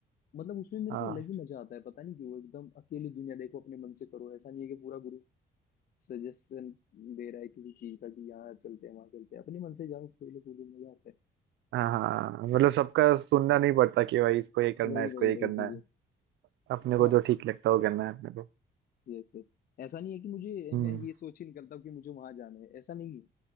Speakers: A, on the left (about 50°); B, on the right (about 70°).
A: मतलब उसमें मेरे
B: हाँ
A: को अलग ही मजा आता है पता नहीं क्यों एकदम अकेली दुनिया देखो अपने मन से करो ऐसा नहीं है कि पूरा ग्रुप सजेशन दे रहा है किसी चीज का कि यहाँ चलते हैं वहां चलते हैं अपने मन से जाओ खेलो कूदो मजा आता है
B: हाँ हाँ हाँ, मतलब सबका सुनना नहीं पड़ता कि भाई इसको ये करना
A: वही
B: है इसको
A: वही
B: ये
A: वही
B: करना
A: चीजें
B: है अपने
A: हाँ
B: को जो ठीक लगता है वो करना है अपने को
A: यस यस। ऐसा नहीं है कि मुझे
B: हम्म
A: मैं ये सोच ही निकलता हूँ कि मुझे वहां जाना है ऐसा नहीं